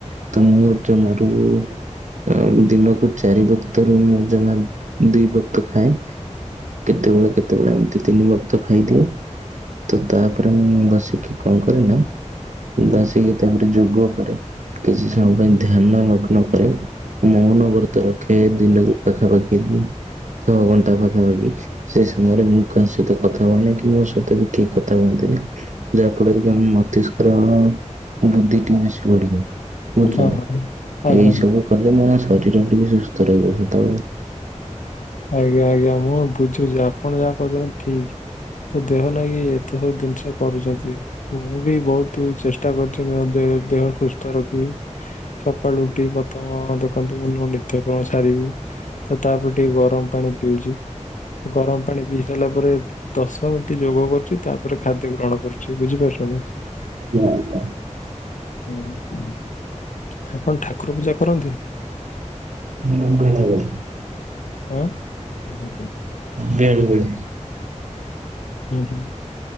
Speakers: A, on the right; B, on the left.
A: ତ ମୁଁ ଜମାରୁ ଅ ଦିନ କୁ ଚାରି ବକ୍ତରୁ ମଁ ଜମା ଦି ବକ୍ତ ଖାଏ କେତେବେଳେ, କେତେବେଳେ ଏମିତି ତିନି ବକ୍ତ ଖାଇଦିଏ। ତ ତାପରେ ମୁଁ ବସିକି କଣ କରେ ନା ବସିକି ତାପରେ ଯୋଗ କରେ। କିଛି ସମୟଙ୍କ ପାଇଁ ଧ୍ୟାନ ମଗ୍ନ କରେ ମୁଁ ମୌନ ବ୍ରତ ରଖେ ଦିନକୁ ପାଖା ପାଖି ଦି ଛଅ ଘଣ୍ଟା ପାଖାପାଖି ସେ ସମୟରେ ମୁଁ କାହା ସହିତ କଥା ହୁଏନି କି ମୋ ସହିତ ବି କେହି କଥା ହୁଅନ୍ତି ନି। ଯାହା ଫଳରେ କି ଆମ ମସ୍ତିଷ୍କ ବୁଦ୍ଧିଟି ବେଶି ବଢିବ। ବୁଝୁଚନ୍ତି
B: ହଁ ଆଜ୍ଞା
A: ଏଇ ସବୁ କଲେ ମାନେ ଶରୀର ଟିକେ ସୁସ୍ଥ ରହିବ ସଦାବେଳେ
B: ଆଜ୍ଞା ଆଜ୍ଞା ମୁଁ ବୁଝୁଛି ଆପଣ ଯାହା କହୁଛନ୍ତି ଠିକ। ତ ଦେହ ନାଗି ଏତେ ସବୁ ଜିନିଷ କରୁଛନ୍ତି। ମୁଁ ବି ବହୁତ ଚେଷ୍ଟା କରୁଛି ଦେହ ସୁସ୍ଥ ରଖିବି। ସକାଳ ଉଠିବି ପଥମ ଦେଖନ୍ତୁ ମୁଁ ମୋ ନି ତ୍ୟ କର୍ମ ସାରିବି ତ ତାପରେ ଟିକେ ଗରମ ପାଣି ପିଉଚି। ଗରମ ପାଣି ପିଇ ସାରିଲା ପରେ ଦଶ ଗୋଟି ଯୋଗ କରୁଛି ତା ପରେ ଖାଦ୍ୟ ଗ୍ରହଣ କରୁଛି ବୁଝିପାରୁଛନ୍ତି।
A: ଆଜ୍ଞା ଆଜ୍ଞା
B: ହ ଆପଣ ଠାକୁର ପୂଜା କରନ୍ତି?
A: ମୁ <unintelligible>
B: ଉଁ ହୁଁ
A: ବେଳେ ବେଳେ।
B: ହୁଁ